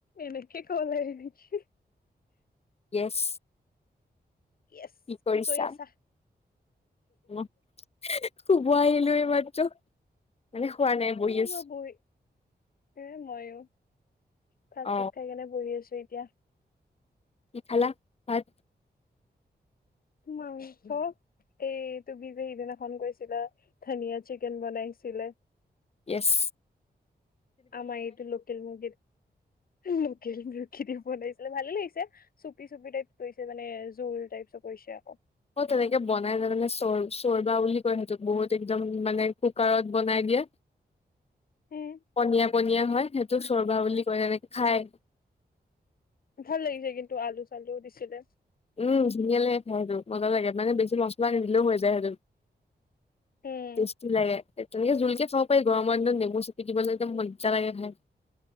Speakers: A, on the left; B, on the left.
A: এনেকেই ক'ব লাগে নকি?
B: য়েছ
A: য়েছ
B: কি কৰিছা,
A: কৰি আছা?
B: মই শুব আহিলোঁ এই মাত্ৰ। মানে শুৱা নাই
A: সেয়ে
B: বহি আছো।
A: মই বহি, -এ মইও ভাত
B: অ
A: চাত খাই কেনে বহি আছোঁ এতিয়া।
B: কি খালা? ভাত।
A: মাংস। এই তু বি যে সিদিনাখন কৈছিলা ধনিয়া চিকেন বনাইছিলে।
B: ইএছ
A: আমাৰ এইটো লোকেল মুৰ্গী, লোকেল মুৰ্গী দি বনাইছিলে ভালে লাগিছে। চুপি, চুপি টাইপ কৰিছে মানে জোল টাইপ চ কৰিছে আকৌ।
B: অ', তেনেকে বনাই যে মানে চৰ চৰ্বা বুলি কয় সিহঁ বহুত একদম মানে কুকাৰত বনাই দিয়ে।
A: উম।
B: পনীয়া, পনীয়া হয় সেইটো চৰ্বা বুলি কয় তেনেকে খায়।
A: ভাল লাগিছে কিন্তু আলু চালু দিছিলে।
B: উম ধুনীয়া লাগে, খাই সেইটো মজা লাগে মানে বেছি মছলা নিদিলেও হৈ যায় সেইটোত।
A: উম।
B: টেষ্টি লাগে তেনেকে জোলকে খাব পাৰি গৰমৰ দিনত নেমু চেপি দিব লাগে মজা লাগে খাই।